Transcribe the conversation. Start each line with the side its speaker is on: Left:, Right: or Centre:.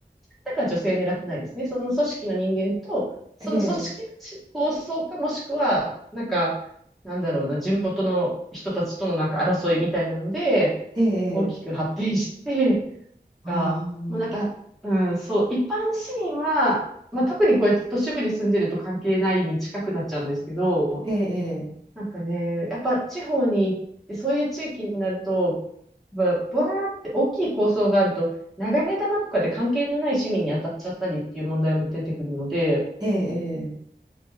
Centre: だから女性狙ってないですね。その組織の人間と、その組織構想かもしくは、
Right: ええ、ええ、
Centre: なんか、なんだろうな、地元の人たちとのなんか争いみたいなので、
Right: ええ、
Centre: 大きく発展して、
Right: ああ、
Centre: が、もうなんか、うん、そう、一般市民は、まあ、特にこうやって都市部に住んでると関係ないに近くなっちゃうんですけど、
Right: ええ、
Centre: なんかね、やっぱ地方に行って、そういう地域になると、ぶぶわーって大きい構想があると、流れ弾とかで関係のない市民に当たっちゃったりっていう問題も出てくるので、
Right: ええ、ええ、